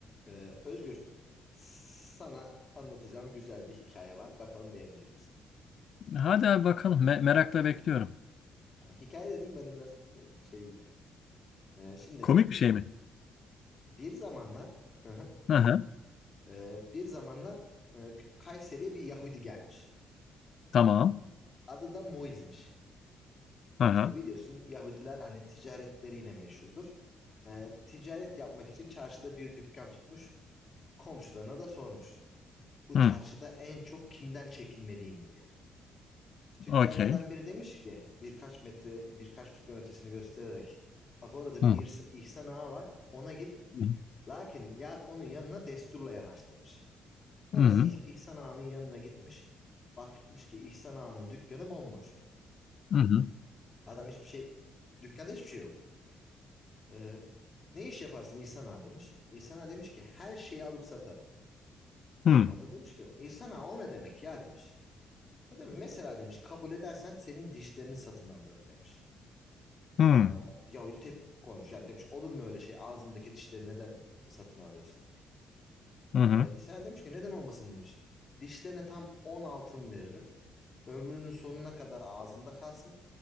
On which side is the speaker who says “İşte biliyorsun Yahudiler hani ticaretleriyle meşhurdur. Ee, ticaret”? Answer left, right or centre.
Left